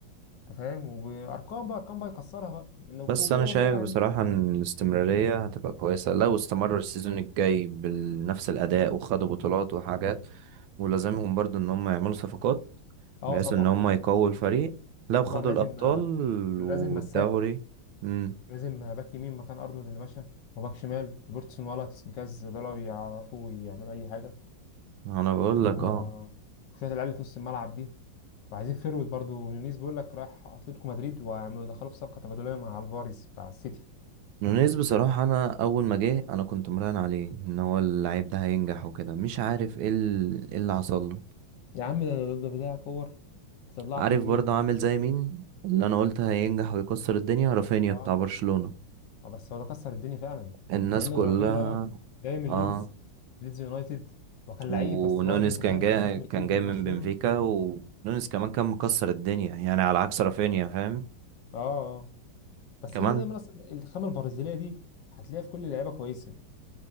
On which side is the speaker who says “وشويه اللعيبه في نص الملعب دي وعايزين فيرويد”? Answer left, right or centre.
Left